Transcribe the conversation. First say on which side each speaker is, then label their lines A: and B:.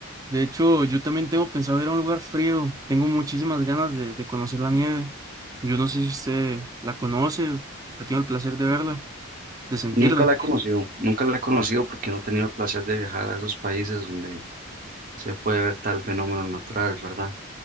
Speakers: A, on the right (about 15°); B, on the right (about 40°).
A: De hecho, yo también tengo pensado ir a un lugar frío. Tengo muchísimas ganas de, de conocer la nieve. Yo no sé si usted la conoce, ha tenido el placer de verla, de sentirla.
B: Nunca la he conocido, nunca la he conocido porque no he tenido el placer de viajar a esos países donde se puede ver tal fenómeno natural, ¿verdad?